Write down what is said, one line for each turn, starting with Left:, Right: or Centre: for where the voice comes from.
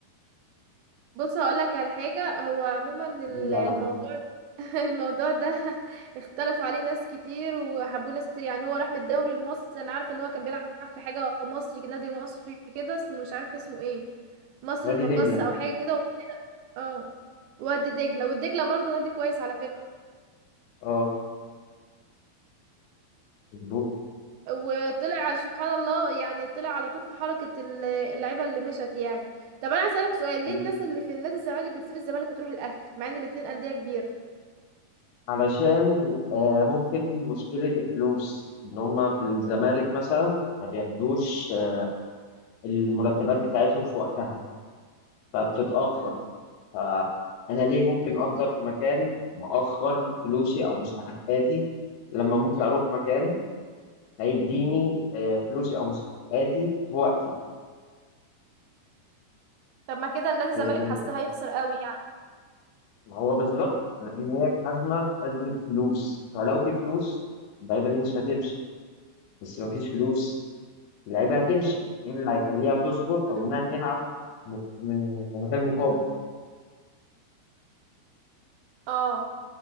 Right: بص هقولك على حاجة هو عموما ال-
Left: دي لي على
Right: الموضوع
Left: حاجه
Right: <laughs> الموضوع ده اختلف عليه ناس كتير وحبوه ناس كتير يعني هو راح من الدوري المصري انا عارفه ان هو كان بيلعب في حاجه مصري كده- نادي مصري كده اسمه مش عارفه اسمه ايه مصر
Left: وادي
Right: المقاصة
Left: دجله
Right: او حاجه كده ومن هنا- اه وادي دجله والدجله برضو نادي كويس على فكره
Left: اه مظبوط
Right: وطلع سبحان الله يعني طلع على طول في حركه ال- اللعيبه اللي مشت يعني طب انا هسألك سؤال
Left: مم.
Right: ليه الناس اللي في النادي الزمالك بتسيب الزمالك وتروح الاهلي مع ان الاتنين انديه كبيره
Left: علشان آه ممكن مشكله الفلوس ان هم في الزمالك مثلا ما بياخدوش آه، المرتبات بتاعتهم في وقتها فبتتاخر
Right: مم.
Left: فانا ليه ممكن افضل في مكان مأخر فلوسي او مستحقاتي لما ممكن اروح مكان هيديني آه، فلوسي او مستحقاتي في وقتي
Right: طب ما كده النادي الزمالك
Left: هي دي النقطه
Right: حاسه هيخسر قوي يعني
Left: ما هو بالظبط لان هي الخزنه في خزنه فلوس فلو في فلوس اللعيبه دي مش هتمشي بس لو مفيش فلوس اللعيبه هتمشي ايه اللي هيخليها تصبر
Right: مم.
Left: او انها تلعب م- من من غير مقابل
Right: اه